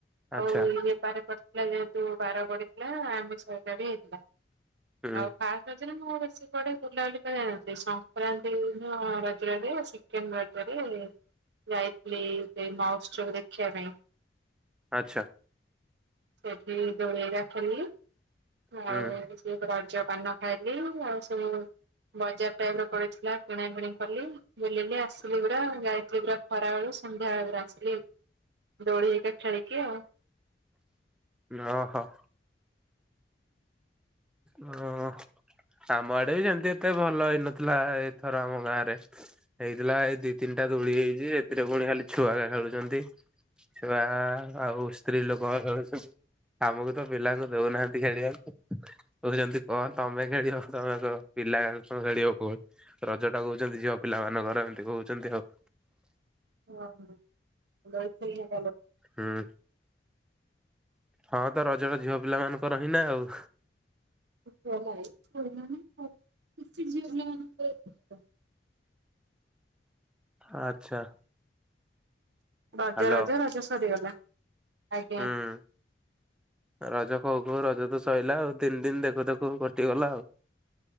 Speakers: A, in the centre; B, on the right.
A: ଆଚ୍ଛା
B: ଆଉ ଇ ବେପାର କରିଥିଲା ଯେହେତୁ ବାର ପଡିଥିଲା ଆମିଷ ଘରିକା ବି ହେଇଥିଲା।
A: ହୁଁ
B: ଆଉ ଫାଷ୍ଟ। ରଦରେ ମୁଁ ଆଉ ବେଶୀ କୁଆଡେ ବୁଲାବୁଲି କରି ଯାଇନଥିଲି ସଂକ୍ରାନ୍ତି ଦିନ ରଜରେ ଆସି। <unintelligible> ରେ ଯାଇଥିଲି ସେଇ ମାଉସି ଝିଅ କୁ ଦେଖିବା ପାଇଁ।
A: ଆଚ୍ଛା।
B: ସେଠି ଦୋଳେଇ ରଖିଲି ଆଉ
A: ହୁଁ
B: ହେରା କିଛି। ଏକ ରଜ ପାନ ଖାଇଲି ଆଉ ସବୁ ବଜାର ଟାଇପର ପଡିଥିଲା। କିଣାକିଣି କଲି ବୁଲିଲି ଆସିଲି ପୁରା ଯାଇଥିଲି ପୁରା ଖରାବେଳୁ ସନ୍ଧ୍ୟାବେଳେ ପୁରା ଆସିଲି।
A: ହ।
B: ଦୋଳି ହେରିକା ଖେଳିକି ଆଉ।
A: ଓହ। ଓ ଆମଆଡେ ବି ସେମତି ଏତେ ଭଲ ହେଇନଥିଲା ଏଇଥର ଆମ ଗାଁରେ। ହେଇଥିଲା ଏଇ ଦି ତିନଟା ଦୋଳି ହେଇଛି ଏଥିରେ ପୁଣି ଖାଲି ଛୁଆରା ଖେଳୁଛନ୍ତି। ଛୁଆ ଆଉ ସ୍ତ୍ରୀ ଲୋକରା ଖେଳୁଛନ୍ତି। ଆମୁକୁ ତ ପିଲାଙ୍କୁ ଦଉନାହାନ୍ତି ଖେଳିବାକୁ। କହୁଛନ୍ତି କଣ ତମେ ଖେଳିବ ତମେ ତ ପିଲାରାକ କଣ ଖେଳିବ କୁଣ। ରଜ ଟା କହୁଛନ୍ତି ଝିଅ ପିଲା ମାନଙ୍କର ଏମତି କହୁଛନ୍ତି ଆଉ।
B: ହଁ ହଁ ଯାଇଥିଲି <unintelligible>
A: ହୁଁ। ହଁ ତ ରଜର ଝିଅ ପିଲା ମାନଙ୍କର ହିଁ ନା ଆଉ।
B: <unintelligible>
A: ଆଚ୍ଛା।
B: ରଜ
A: ହ୍ୟାଲୋ
B: ରଜ ରଜ ସରିଗଲା ଆଜ୍ଞା।
A: ହୁଁ ରଜ କହୁ କହୁ ରଜ ତ ସଇଲା ଆଉ ତିିନ ଦିନ ଦେଖୁ ଦେଖୁ କଟିଗଲା ଆଉ।